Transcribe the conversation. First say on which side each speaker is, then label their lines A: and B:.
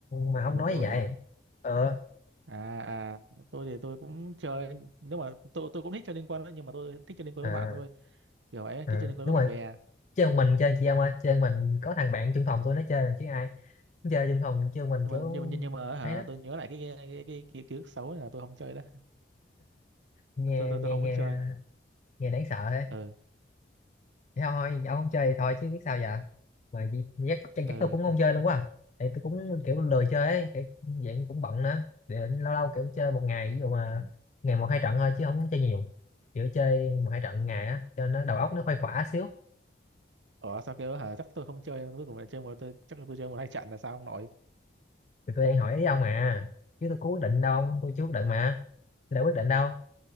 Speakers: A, on the left; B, on the right.
A: mà
B: à
A: ông
B: đồ
A: nói
B: tối
A: như vậy
B: hả
A: ờ
B: à à tôi thì tôi cũng chơi nếu mà tôi tôi cũng thích chơi liên quân đấy nhưng mà tôi thích chơi liên quân
A: à,
B: với bạn thôi kiểu vậy
A: à,
B: thích chơi liên quân
A: đúng
B: với
A: rồi
B: bạn bè
A: chơi một mình chơi chị em ơi chơi một mình có thằng bạn chung phòng tôi nó chơi
B: Ừ.
A: là chứ ai Nó chơi chung phòng chơi một mình
B: nhưng
A: kiểu
B: mà nhưng mà nhưng nhưng mà hả
A: ấy lắm
B: tôi nhớ lại cái cái cái, cái, cái ký ức xấu này là tôi không chơi đó
A: nghe
B: tôi tôi
A: nghe
B: tôi không
A: nghe
B: muốn chơi
A: nghe đáng sợ thế
B: ừ
A: Thế thôi ông không chơi thì thôi chứ biết sao giờ mà gi- giác chắc
B: ừ
A: chắc tôi cũng không chơi luôn quá à. thì tôi cũng kiểu lười chơi ấy kiểu dạng cũng bận nữa để lâu lâu kiểu chơi một ngày ví dụ mà ngày một hai trận thôi chứ không có chơi nhiều kiểu chơi một hai trận ngày á cho nó đầu óc nó khuây khỏa xíu
B: Ủa sao kêu hả chắc tôi không chơi cuối cùng lại chơi một tôi chắc là tôi chơi một hai trận là sao ông nội
A: thì tôi đang hỏi ý ông mà chứ tôi có quyết định đâu ông tôi chưa quyết định mà tôi đã quyết định đâu